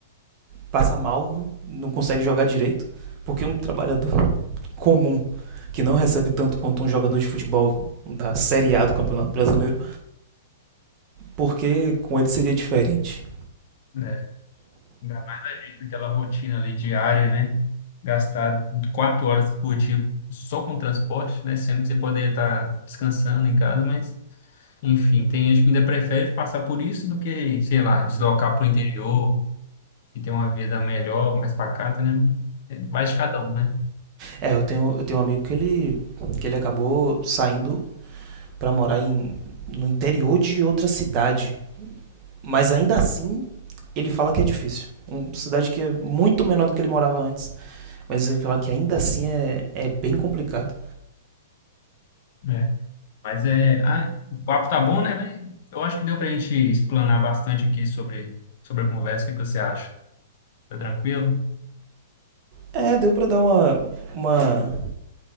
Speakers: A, on the right; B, on the left.
A: passa mal, não consegue jogar direito, porque um trabalhador comum que não recebe tanto quanto um jogador de futebol da Série A do Campeonato Brasileiro porque com ele seria diferente.
B: né? Ainda mais a gente naquela rotina ali diária, né? Gastar quatro horas por dia só com transporte, né? Sendo que você poderia estar descansando em casa, mas, enfim, tem gente que ainda prefere passar por isso do que, sei lá, deslocar para o interior e ter uma vida melhor, mais pacata, né? Mas é, Vai de cada um, né?
A: É, eu tenho, eu tenho um amigo que ele, que ele acabou saindo para morar em, no interior de outra cidade. Mas ainda assim, ele fala que é difícil. Uma cidade que é muito menor do que ele morava antes. Mas ele fala que ainda assim é, é bem complicado.
B: É. Mas é, ah, o papo tá bom, né? Mas eu acho que deu pra gente explanar bastante aqui sobre, sobre a conversa. O que que você acha? Tá tranquilo?
A: É, deu pra dar uma, uma,